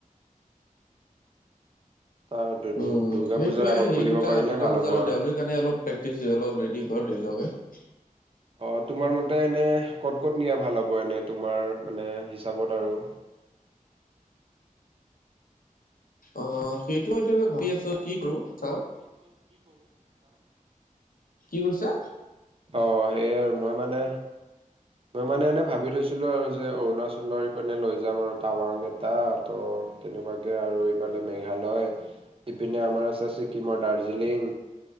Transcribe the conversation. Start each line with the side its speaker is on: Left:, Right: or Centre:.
Right: তাৰ দু
Left: উম
Right: দু দুৰ্গা
Left: সেইটোয়ে
Right: পূজাৰ আগত
Left: সেই
Right: খুলিব
Left: দুটা
Right: পাৰিলে ভাল
Left: পূজা
Right: হ'ব
Left: আৰু দেউালীৰ কাৰণে অলপ পেক থিক আছে অলপ ৰেডি কৰ <unintelligible>
Right: অ তোমাৰ মতে এনে ক'ত ক'ত নিয়া ভাল হ'ব এনে তোমাৰ মানে হিচাপত আৰু।
Left: অ সেইটো ভাবি আছো কি কৰো চাও।
Right: কি কৰো চাও।
Left: কি কৈছা?
Right: অ সেইয়া মই মানে মই মানে এনে ভাবি থৈছিলোঁ আৰু যে অৰুণাচলৰ পিনে লৈ যাম আৰু টাৱাং এটা ত তেনেকুৱাকৈ আৰু এইফালে মেঘালয় ইপিনে আমাৰ আছে ছিকিমৰ আৰু দাৰ্জিলিং।